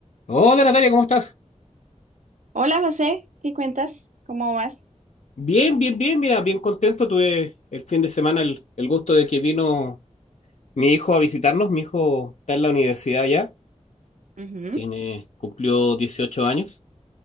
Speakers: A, on the left; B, on the right.
A: Hola Natalia, ¿cómo estás?
B: Hola José, ¿qué cuentas? ¿Cómo vas?
A: Bien, bien, bien, mira, bien contento. Tuve el fin de semana el, el gusto de que vino mi hijo a visitarnos. Mi hijo está en la universidad ya,
B: Ujú,
A: tiene, cumplió 18 años,